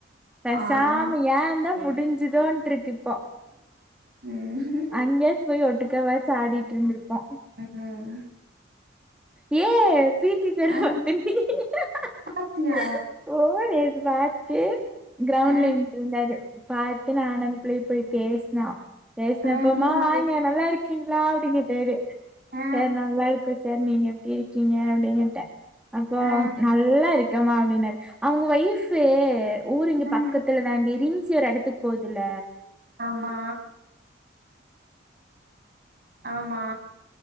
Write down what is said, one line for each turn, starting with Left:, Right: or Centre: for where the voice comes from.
Centre: பேசாம
Right: ஆம்
Centre: ஏன்டா முடிஞ்சு ட்டோன்ட்ருக்கு இப்போ
Right: ம் ம்
Centre: அங்கயாச்சு போய் ஒட்டுக்காவாச்சி ஆடிட்டு இருந்திருப்போ
Right: ம்
Centre: ஏ <unintelligible>
Right: ஆ பாத்தியா
Centre: ஓ நேத்து பாத்து க்ரவுண்ட்ல
Right: ஆ
Centre: நின்னுட்டு இருந்தாரு பாத்து நான் அந்த பிள்ளயு போய் பேசுனோ பேசினப்போமா
Right: ஆ என்ன சொன்னாரு
Centre: வாங்க நல்லாருக்கீங்ளா அப்டிங்கேட்டாரு
Right: ஆ
Centre: சார் நல்லாருக்கோ சார் நீங்க எப்டி இருக்கீங்க அப்டினுட்டே அப்போ
Right: ஆ
Centre: நல்லா இருக் கமா அப்டின்னாரு அவங்க ஒய்ஃப்பு ஊரு இங்க
Right: ஆ
Centre: பக்கத்துல தாண்டி ரின்ஸ்சி ஒரு எடத்துக்கு போகுதுல்ல
Right: ஆமா ஆமா